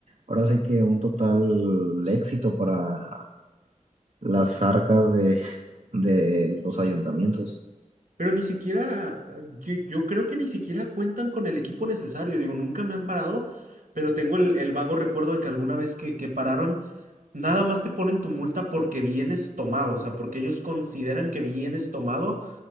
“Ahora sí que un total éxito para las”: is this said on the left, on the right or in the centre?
Right